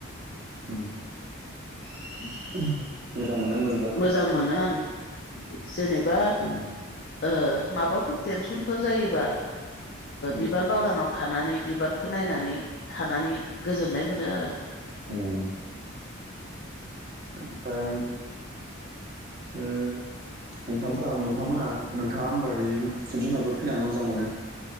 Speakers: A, on the right (about 45°); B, on the left (about 50°).
A: उम।
B: <inaudible>
A: ओम मोजां मोनो ओमबा बि
B: मोजां मोनो आं जेनेबा
A: उम
B: ओ माबाफोर टेनसनफोर जायोबा
A: उम
B: बिबार बागानाव थानानै बिबार खो नायनानै थानानै गोजोननाय मोनो आरो।
A: ओम। ओमफ्राय ओ नोंथांफोर नोंथांमोनहा नोंथाङा होमबा जिब जिब जुनारबो फिनानै मोजां मोनो?